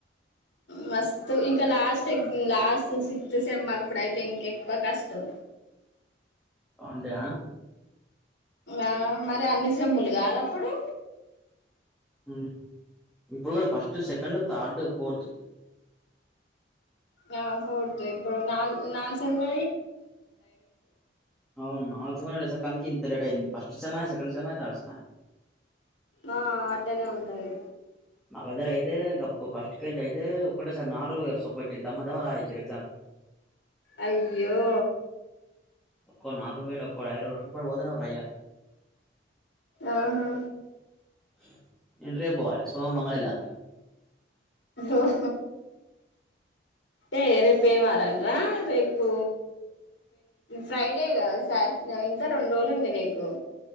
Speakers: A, on the left; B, in the centre.
A: మస్తు ఇంకా లాస్ట్ ఎగ్జ్ లాస్ట్ సిక్స్త్ సెమ్ అప్పుడైతే ఇంకెక్కువ కష్టం.
B: వంతేయా
A: ఆ మరి అన్ని సెమ్ములు కాదు అప్పుడు
B: మ్మ్ ఇప్పుడు కూడా ఫస్ట్ సెకండ్ థర్డ్ ఫోర్త్
A: ఆ ఫడుత ఇప్పుడు న నాలు సంమ్ల
B: అవును నాలు స అ సార్ <unintelligible> నికి ఇంతయింది ఫస్ట సెకండ్ సెమ్డ్ సెమెయ్
A: ఆ అట్టనే ఉంటది
B: ఆ పెగద్దగర అయితే గ ఫస్ట్ కేల్జ అయితే ఒకటేసారి నాలుగు సచ్చ దమ్మ దమ్మ రాయిచ్చారు ఎగ్జామ్
A: అయ్యో
B: ఒక్కో నాలు రూపా ఒక్కో ఐ ర కూడాడు పోదున్నా రయ
A: ఆహా
B: ఆ ఎంటే పోవాలి సో మంగళ ఎలా అ
A: ఓహ ఏ రేపు ఏ వారం రా రేపు ఫ్రైడేగా సాట్ ఇంకా రెండు రోలడి నకు